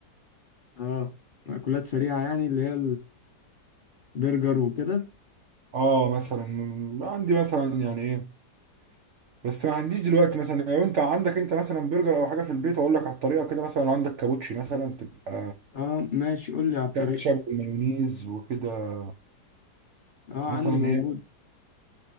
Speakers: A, on the left (about 55°); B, on the right (about 60°).
A: اه مأكولات سريعة يعني اللي هي البرجر وكده
B: اه مثلا عندي مثلا يعني ايه بس ما عنديش دلوقتي مثلا لو انت عندك انت مثلا برجر او حاجه في البيت واقول لك على الطريقه كده مثلا لو عندك كابوتشي مثلا تبقى
A: اه ماشي قول لي على الطريقة
B: كاتشب ومايونيز وكده
A: اه
B: مثلا
A: عندي موجود
B: ايه